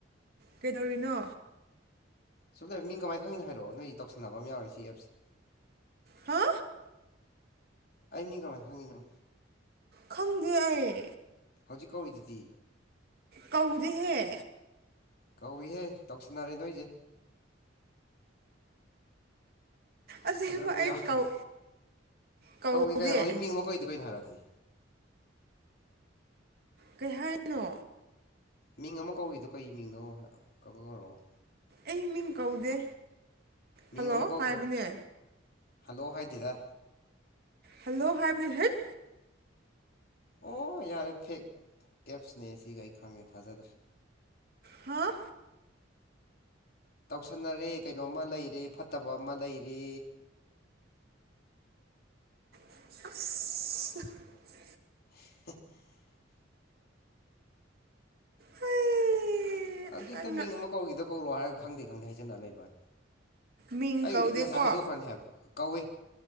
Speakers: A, on the right; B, on the left.
A: ꯀꯩꯗꯧꯔꯤꯅꯣ
B: ꯁꯨꯝ ꯂꯩꯔꯝ ꯃꯤꯡ ꯀꯃꯥꯏ ꯈꯪꯉꯤꯅꯣ ꯍꯥꯏꯔꯛꯑꯣ ꯅꯣꯏ ꯇꯧꯁꯟꯅꯕ ꯑꯃ ꯌꯥꯎꯔꯦ ꯁꯤ ꯑꯦꯞꯁꯦ
A: ꯍꯥ
B: ꯑꯩ ꯃꯤ ꯀꯃꯥꯏ ꯈꯪꯉꯤꯅꯣ
A: ꯈꯪꯗꯦ ꯑꯩ
B: ꯍꯧꯖꯤꯛ ꯀꯧꯔꯤꯗꯨꯗꯤ
A: ꯀꯧꯗꯦꯍꯦ
B: ꯀꯧꯏꯍꯦ ꯇꯧꯁꯤꯟꯅꯔꯦ ꯅꯣꯏꯖꯦ
A: ꯑꯁꯦꯡꯕ
B: ꯈꯗꯔꯛ ꯑꯃ
A: ꯑꯩ
B: ꯌꯥꯎꯔꯦ
A: ꯀꯧ ꯀꯧꯗꯦ
B: ꯀꯧꯏ ꯀꯥꯏ ꯍꯧꯖꯤꯛ ꯃꯤꯡ ꯑꯃ ꯀꯧꯏꯗ ꯀꯩꯅꯣ ꯍꯥꯏꯔꯛꯑꯣ ꯑꯗꯨꯗꯤ
A: ꯀꯩ ꯍꯥꯏꯅꯣ
B: ꯃꯤꯡ ꯑꯃ ꯀꯧꯔꯤꯗꯣ ꯀꯩ ꯃꯤꯡꯅꯣ ꯍ ꯀ ꯀꯧꯔꯛꯑꯣ
A: ꯑꯩ ꯃꯤꯡ ꯀꯧꯗꯦ
B: ꯃꯤꯡ
A: ꯍꯜꯂꯣ
B: ꯑꯃ ꯀꯧꯈ꯭ꯔꯦ
A: ꯍꯥꯏꯕꯅꯦ
B: ꯍꯜꯂꯣ ꯍꯥꯏꯗꯦꯗ
A: ꯍꯜꯂꯣ ꯍꯥꯏꯕꯅꯤ ꯍꯦꯠ
B: ꯑꯣ ꯌꯥꯔꯦ ꯐꯦꯛ ꯑꯦꯞꯁꯅꯦ ꯁꯤꯒ ꯑꯩ ꯈꯪꯉꯦ ꯊꯥꯖꯗ꯭ꯔꯦ
A: ꯍꯥ
B: ꯇꯧꯁꯟꯅꯔꯦ ꯀꯩꯅꯣꯝꯃ ꯂꯩꯔꯦ ꯐꯠꯇꯕ ꯑꯃ ꯂꯩꯔꯦ
A: ꯑꯁ ꯑꯥ ꯍ
B: <unintelligible>
A: ꯍꯩ
B: ꯑꯗꯨ
A: ꯅꯪꯅ
B: ꯍꯦꯛꯇ ꯃꯤꯡ ꯑꯃ ꯀꯧꯈꯤꯗꯣ ꯀꯧꯔꯣ ꯍꯥꯏꯔꯒ ꯈꯪꯗꯦ ꯈꯪꯗꯦ ꯍꯥꯏꯖꯤꯅꯔ ꯂꯩꯕꯋꯥꯅꯤ
A: ꯃꯤꯡ
B: ꯑꯩꯕꯨꯗꯤ
A: ꯀꯧꯗꯦꯀꯣ
B: ꯉꯁꯥꯏ ꯍꯥꯏꯗꯣꯛꯈ꯭ꯔꯅꯤ ꯍꯥꯏꯕ ꯀꯧꯏ